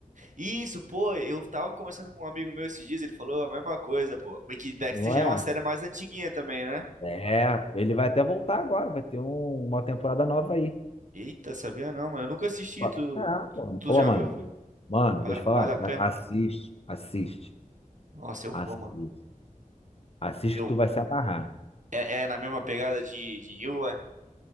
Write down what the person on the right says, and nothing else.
Isso, pô, eu tava conversando com um amigo meu esses dias, ele falou a mesma coisa, pô. Mas Que Dexter
já
é uma série mais antiguinha também, né?
Eita, sabia não, mano. Eu nunca assisti,
tu,
tu
já
viu?
Vale,
a-
vale a pena?
Nossa, eu
vou, mano.
Eu
É, é na mesma pegada de, de You, é?